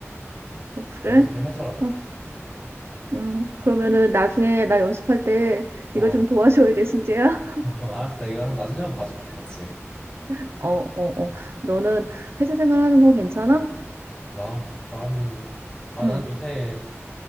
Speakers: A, on the right (about 55°); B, on the left (about 20°).
A: 어, 그래?
B: 연습을 해서라도.
A: 어, 음, 그러면은 나중에 나 연습할 때
B: 어,
A: 네가 좀 도와줘야 돼, 승재야.
B: <laughs> 알았어. 나 이거 한- 나중에 한번 봐줄게, 같이.
A: <laughs> 어, 어, 어. 너는 회사 생활하는 거 괜찮아?
B: 나, 난, 아,
A: 응,
B: 난 요새